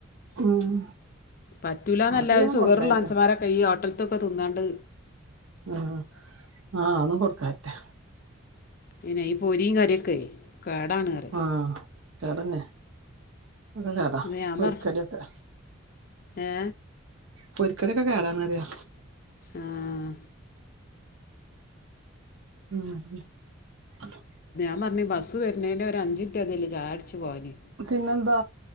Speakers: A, on the right; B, on the left.
A: ഉം
B: പറ്റൂലന്നല്ല
A: ഹോട്ടലിലൊന്നും
B: ഈ സുഗറ്ള്ള
A: കൊടുക്കായിരിക്കും
B: മന്സമ്മാരൊക്കെ ഈ ഹോട്ട <unintelligible> തിന്നാണ്ട്
A: ആഹ് ആ ആന്നും കൊട്ക്കാത്തെ
B: പിന്നെ ഈ പൊരിം കരിംക്കെ കേടാണ് പറ്യ.
A: ആഹ് കേടന്നെ ഒക്കെ കേടാ
B: അപ്പം ഞാൻ
A: പൊര്
B: പറ
A: കട്യാക്കെ.
B: ഏ
A: പൊരിക്കട്യാക്കെ കേടാണറ്യാ.
B: ആഹ്
A: <unintelligible>
B: ഞാപർഞ്ഞ് ബസ്സ് വര്ന്നേന്റെ ഒര ഞ്ചിൻറ്റ്തില്ലൊ ചായട്ച്ച് പോവാന്ന്.
A: പിന്നെന്താ